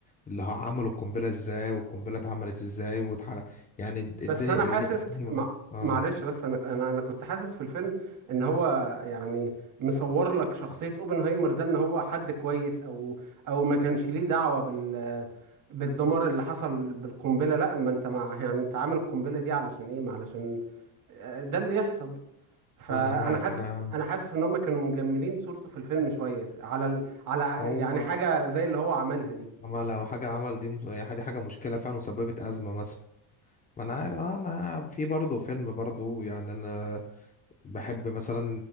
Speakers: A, on the left (about 15°); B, on the right (about 40°).
A: اللي هو عملوا القنبلة ازاي والقنبلة اتعملت ازاي وتح... يعني الدنيا
B: بس انا حاسس
A: اللي الدنيا من-
B: مع...
A: اه
B: معلش بس انا انا انا كنت حاسس في الفيلم ان هو يعني مصور لك شخصية اوبنهايمر ده ان هو حد كويس او او ما كانش ليه دعوة بال بالدمار اللي حصل بالقنبلة لا ما انت مع يعني انت عامل القنبلة دي علشان ايه ما علشان آه، ده اللي يحصل فانا
A: انا معاك
B: حاسس
A: انا
B: انا حاسس ان هم كانوا مجملين صورته في الفيلم شويه على ال... على
A: هو
B: يعني حاجه زي اللي هو عملها دي
A: اما لو حاجة عمل دي مس- يعني دي حاجة مشكلة فعلا وسببت أزمة مثلا ما انا عارف آه، انا في برضه فيلم برضه يعني انا بحب مثلا